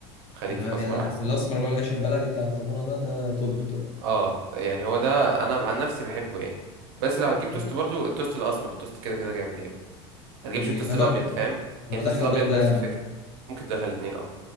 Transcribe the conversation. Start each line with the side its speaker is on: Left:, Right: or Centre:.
Right: خليك
Left: تمام
Right: في الاسمر
Left: يعني
Right: احسن
Left: الاسمر اللي هو العيش البلدي بتاع الطابونة ده ده توب توب
Right: اه يعني هو ده انا عن نفسي بحبه يعني بس لو هتجيب توست
Left: حلو
Right: برضو التوست الاسمر التوست كده كده جامد يعني ما تجيبش
Left: جميل
Right: التوست
Left: انا بقى
Right: الابيض فاهم يعني
Left: انا
Right: التوست
Left: بدخل
Right: الابيض
Left: ده وده
Right: نفس
Left: يعني
Right: الفكرة ممكن تدخل الاتنين اه